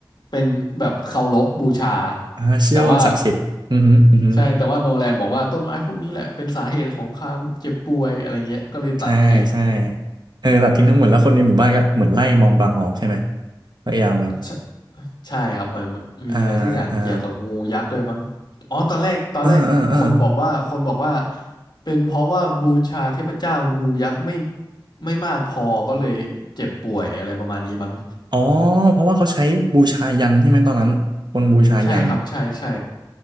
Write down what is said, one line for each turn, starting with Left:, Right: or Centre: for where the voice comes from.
Left: เป็นแบบเคารพบูชา
Right: อ่าเชื่อว่ามันศักดิ์สิทธิ์อือฮึอือฮึ
Left: แต่ว่าใช่แต่ว่าโนแลนบอกว่าต้นไม้พวกนี้แหละเป็นสาเหตุของความเจ็บป่วยอะไรเงี้ยก็เลยตัดทิ้ง
Right: ใช่ใช่เออตัดทิ้งทั้งหมดแล้วคนในหมู่บ้านก็เหมือนไล่มองบลังออกใช่ไหมพยายามแบบ
Left: ใช่ใช่ครับเหมือนเหมือนมีอะไรสักอย่างเกี่ยวกับงูยักษ์ด้วยมั้ง
Right: อ่าอ่า
Left: อ๋อตอนแรกตอนแรกคนบอกว่าคนบอกว่า
Right: เออเออเออ
Left: เป็นเพราะว่าบูชาเทพเจ้างูยักษ์ไม่ไม่มากพอก็เลยเจ็บป่วยอะไรประมาณนี้มั้ง
Right: อ๋อเพราะว่าเขาใช้บูชายัญใช่ไหมตอนนั้นคนบูชายัญ
Left: ใช่ครับใช่ใช่